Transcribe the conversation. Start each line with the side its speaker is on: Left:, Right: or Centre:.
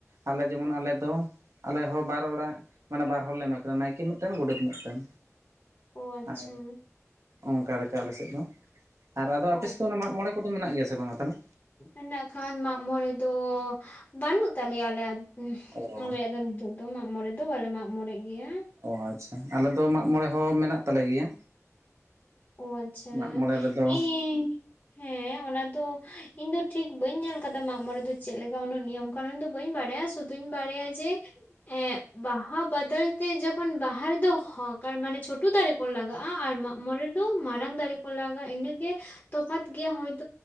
Right: ᱟᱞᱮ ᱡᱮᱢᱚᱱ ᱟᱞᱮ ᱫᱚ ᱟᱞᱮ ᱦᱚᱸ ᱵᱟᱨ ᱚᱲᱟᱜ ᱢᱟᱱᱮ ᱵᱟᱨ ᱦᱚᱲ ᱞᱮ ᱮᱢᱟ ᱠᱤᱱᱟ ᱱᱟᱹᱭᱠᱮ ᱢᱤᱫᱴᱮᱱ ᱜᱚᱸᱰᱮᱛ ᱢᱤᱫ ᱴᱮᱱ᱾
Left: ᱚ ᱟᱪᱪᱷᱟ
Right: ᱟᱨ ᱚᱱᱠᱟ ᱞᱮᱠᱟ ᱟᱞᱮ ᱥᱮᱫ ᱫᱚ᱾ ᱟᱨ ᱟᱫᱚ ᱟᱯᱮ
Left: ᱚ
Right: ᱥᱮᱫ ᱫᱚ ᱚᱱᱟ ᱢᱟᱜ ᱢᱚᱸᱬᱮ ᱠᱚᱫᱚ ᱢᱮᱱᱟᱜ ᱜᱮᱭᱟ ᱥᱮ ᱵᱟᱝ-ᱟ ᱛᱟᱦᱞᱮ?
Left: ᱤᱱᱟᱹᱜ ᱠᱷᱟᱱ ᱢᱟᱜ ᱢᱚᱸᱬᱮ ᱫᱚ ᱵᱟᱹᱱᱩᱜ ᱛᱟᱞᱮᱭᱟ ᱟᱞᱮᱭᱟᱜ
Right: ᱚ
Left: ᱫᱚ ᱾ ᱟᱞᱮᱭᱟᱜ ᱫᱚ ᱱᱤᱛᱚᱜ ᱫᱚ ᱢᱟᱜ ᱢᱚᱸᱬᱮ ᱫᱚ ᱵᱟᱞᱮ ᱢᱟᱜ ᱢᱚᱸᱬᱮ ᱜᱮᱭᱟ᱾
Right: ᱚ ᱟᱪᱪᱷᱟ ᱟᱞᱮ ᱫᱚ ᱢᱟᱜ ᱢᱚᱸᱬᱮ ᱦᱚᱸ ᱢᱮᱱᱟᱜ ᱛᱟᱞᱮ ᱜᱮᱭᱟ᱾
Left: ᱚ ᱟᱪᱪᱷᱟ
Right: ᱢᱟᱜ ᱢᱚᱬᱮ ᱨᱮᱫᱚ
Left: ᱤᱧ ᱦᱮᱸ ᱚᱱᱟ ᱫᱚ, ᱤᱧ ᱫᱚ ᱴᱷᱤᱠ ᱵᱟᱹᱧ ᱧᱮᱞ ᱟᱠᱟᱫᱟ ᱢᱟᱜ ᱢᱚᱸᱬᱮ ᱫᱚ ᱪᱮᱫ ᱞᱮᱠᱟ ᱩᱱᱟᱹᱜ ᱱᱤᱭᱚᱢ ᱠᱟᱨᱚᱱ ᱫᱚ ᱵᱟᱹᱧ ᱵᱟᱰᱟᱭᱼᱟ᱾ ᱥᱩᱫᱷᱩᱧ ᱵᱟᱲᱟᱭᱟ ᱡᱮ ᱮᱸᱜ ᱵᱟᱦᱟ ᱵᱚᱫᱚᱞ ᱛᱮ ᱡᱚᱠᱷᱚᱱ ᱵᱟᱦᱟ ᱨᱮᱫᱚ ᱦᱚᱸ ᱢᱟᱱᱮ ᱪᱷᱳᱴᱳ ᱫᱟᱲᱮ ᱠᱚ ᱞᱟᱜᱟᱜᱼᱟ ᱟᱨ ᱢᱟᱜ ᱢᱚᱸᱬᱮ ᱫᱚ ᱢᱟᱨᱟᱝ ᱫᱟᱲᱮ ᱠᱚ ᱞᱟᱜᱟᱜᱼᱟ ᱤᱱᱟᱹᱜᱮ ᱛᱚᱯᱷᱟᱛ ᱜᱮᱭᱟ ᱦᱚᱭᱛᱳ ᱾